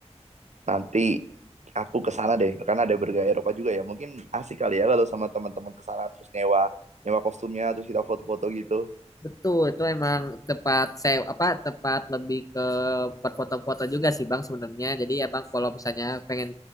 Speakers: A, on the right; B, on the left.
A: Nanti aku ke sana deh, karena ada bergaya Eropa juga ya. Mungkin asik kali ya kalau sama teman-teman ke sana terus nyewa nyewa kostumnya terus kita foto-foto gitu.
B: Betul, itu emang tepat saya apa tepat lebih ke buat foto-foto juga sih Bang sebenarnya. Jadi ya Bang kalau misalnya pengen